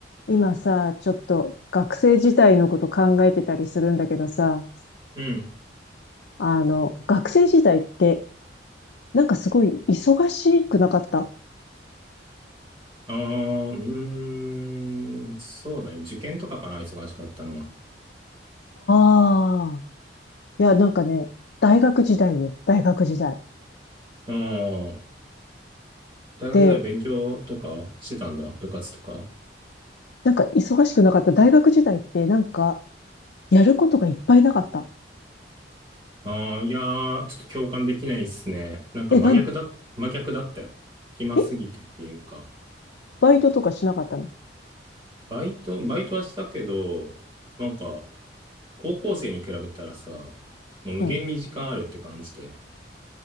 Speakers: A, on the left; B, on the right.
A: 今さ、ちょっと学生時代のこと考えてたりするんだけどさ、
B: うん。
A: あの、学生時代って、なんかすごい忙しくなかったあ
B: ああ、うーん、そうだね。受験とかかな、忙しかったのは。
A: あー、いや、なんかね、大学時代よ、大学時代。
B: ああ、大学時代勉強とかしてたんだ。
A: で、
B: 部活とか。
A: なんか忙しくなかった大学時代って、なんか、やることがいっぱいなかった。
B: ああ、いやー、ちょっと共感できないっすね。なんか真逆だ、
A: え、なん、
B: 真逆だったよ。暇すぎてっていうか。
A: え、バイトとかしなかったの
B: バイト、バイトはしたけど、なんか、高校生に比べたらさ、もう無限に時間あるって感じで。
A: うん。